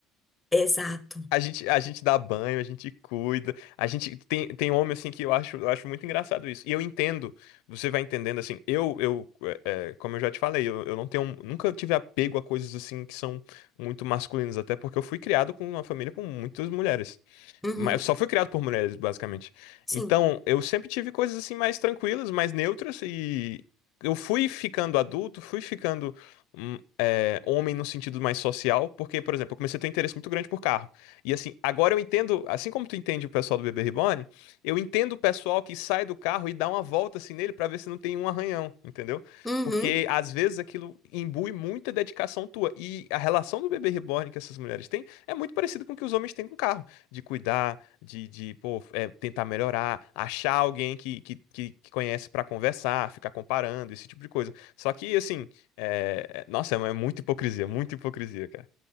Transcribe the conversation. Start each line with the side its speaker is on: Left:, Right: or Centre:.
Centre: Exato.
Left: A gente, a gente dá banho, a gente cuida, a gente tem, tem homem assim que eu acho, eu acho muito engraçado isso. E eu entendo, você vai entendendo assim, eu, eu é, é, como eu já te falei, eu, eu não tenho, nunca tive apego a coisas assim que são muito masculinas, até porque eu fui criado com uma família com muitas mulheres.
Centre: Uhum,
Left: Mas só foi criado por mulheres, basicamente.
Centre: sim.
Left: Então, eu sempre tive coisas assim mais tranquilas, mais neutras, e eu fui ficando adulto, fui ficando hum, é, homem no sentido mais social, porque, por exemplo, eu comecei a ter um interesse muito grande por carro. E assim, agora eu entendo, assim como tu entende o pessoal do Bebê Reborn, eu entendo o pessoal que sai do carro e dá uma volta assim nele pra ver se não tem um arranhão, entendeu?
Centre: Uhum.
Left: Porque às vezes aquilo imbui muita dedicação tua. E a relação do Bebê Reborn que essas mulheres têm é muito parecida com o que os homens têm com o carro de cuidar, de, de pô, é, tentar melhorar, achar alguém que, que, que, que conhece para conversar, ficar comparando, esse tipo de coisa. Só que, assim, é, é- nossa, é é muita hipocrisia, muita hipocrisia, cara.